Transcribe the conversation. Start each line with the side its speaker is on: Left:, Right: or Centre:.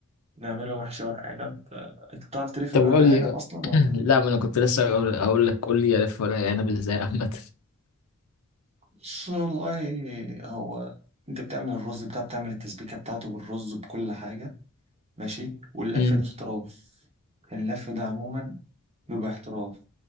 Right: نعمله محشي ورق عنب آه، انت بتعرف تلف
Left: طب
Right: الورق
Left: قول
Right: العنب
Left: لي
Right: اصلا ولا
Left: <clears throat> لا ما انا كنت لسه هقول هقول لك قول لي الف ورق عنب ازاي عامة
Right: بص والله هو انت بتعمل الرز بتاع بتعمل التسبيكة بتاعته بالرز بكل حاجة ماشي واللف
Left: <laughs> امم.
Right: ده احتراف اللف ده عموما بيبقى احتراف